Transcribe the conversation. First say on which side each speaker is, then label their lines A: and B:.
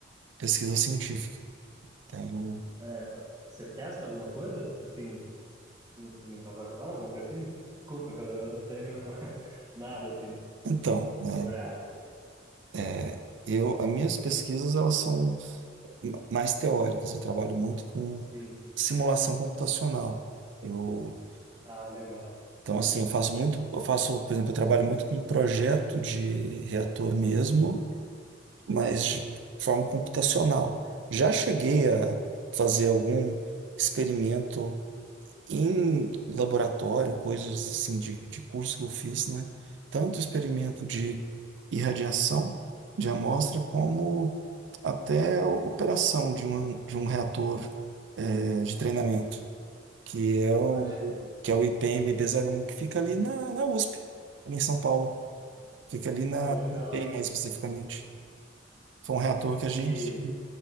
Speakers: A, on the right; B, on the right.
A: pesquisa científica. Tenho...
B: é, você testa alguma coisa, assim, em, em laboratório, alguma coisa assim? Desculpa, cara, eu não sei mesmo <laughs> nada, assim,
A: Então, né?
B: sobre a área.
A: é, eu, as minhas pesquisas, elas são mais teóricas. Eu trabalho muito com
B: Sim, sim.
A: simulação computacional. Eu
B: Ah, legal.
A: Então, assim, eu faço muito, eu faço, por exemplo, eu trabalho muito com projeto de reator mesmo, mas de forma computacional. Já cheguei a fazer algum experimento em laboratório, coisas assim de, de curso que eu fiz, né? Tanto experimento de irradiação de amostra, como até operação de um, de um reator, eh, de treinamento que é o,
B: Poxa,
A: que é o ipmb um que fica ali na, na USP, ali em São Paulo. Fica ali na
B: pô, legal,
A: IPEI,
B: hein?
A: mais especificamente. Foi um reator que a gente,
B: E,